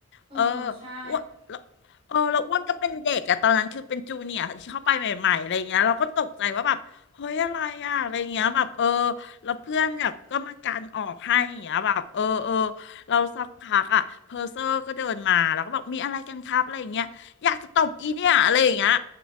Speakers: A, on the right; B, on the left.
A: เออใช่
B: เอออ้วนแล้วเออแล้วอ้วนก็เป็นเด็กอะตอนนั้นคือเป็นจูเนียร์ที่เข้าไปใหม่ๆอะไรเงี้ยเราก็ตกใจว่าแบบเฮ้ยอะไรอะอะไรเงี้ยแบบเออ แล้วเพื่อนแบบก็มาการออกให้อย่างเงี้ยแบบเออเออเราสักพักอ่ะเพอร์เซอร์ก็เดินมาแล้วก็บอกมีอะไรกันครับอะไรอย่างเงี้ยอยากจะตบอีเนี่ยอะไรอย่างเงี้ย